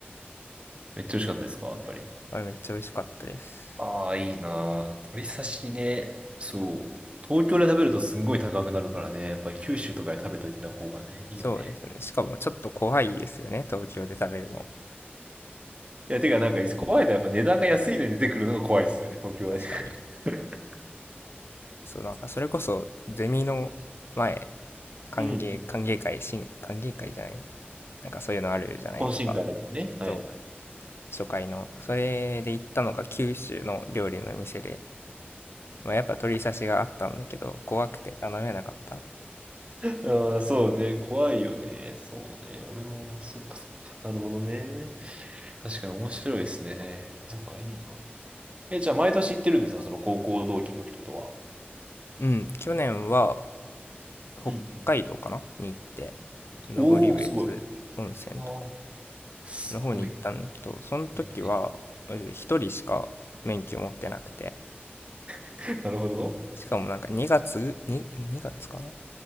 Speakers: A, on the right (about 30°); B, on the left (about 75°).
A: めっちゃ美味しかったですか、やっぱり。
B: あれめっちゃ美味しかったです。
A: ああ、いいなー。鶏刺しね。そう。東京で食べるとすんごい高くなるからね。やっぱり九州とかで食べといた方がね、いいよね。
B: そうですね。しかもちょっと怖いですよね、東京で食べるの。
A: いや、てかなんか怖いのはやっぱ値段が安いのに出てくるのが怖いですよね、東京で。
B: 確かに。
A: <laughs>
B: そう、なんかそれこそゼミの前、歓迎、
A: うんうん。
B: 歓迎会、新、歓迎会じゃないなんかそういうのあるじゃないですか。
A: 懇親会とかね。はいはい。
B: そう、初回の。それで行ったのが九州の料理の店で、まあ、やっぱ鳥刺しがあったんだけど、怖くて頼めなかった。
A: ああ、そうね。怖いよね。そうね。俺も、そっかそっか。なるほどね。確かに面白いですね。そっか、いいな。え、じゃあ毎年行ってるんですかその高校同期の人とは。
B: うん、去年は北海道かなに行って、
A: うんうん。
B: 登別温泉とか
A: おお、すごい。ああ、すごい
B: の方に行ったんだけど、その時はマジで一人しか免許持ってなくて、
A: ね。<laughs> なるほど。
B: しかもなんか2月、2、2月かな